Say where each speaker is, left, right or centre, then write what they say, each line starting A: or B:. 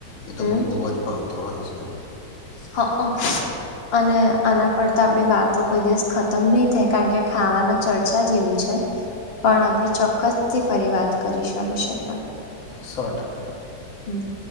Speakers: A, on the left; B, on the left.
A: એ તો
B: હમ
A: મને બહુ જ ભાવતો હોય છે.
B: હ હ. અને આના પર તો આપડી વાતો કોઈ દિવસ ખતમ નહી થાય કારણ કે ખાવાનો ચર્ચા જેવું છે. પણ આપણે ચોક્કસથી ફરી વાત કરીશું આ વિષય પર.
A: સો ટાકા.
B: હમ.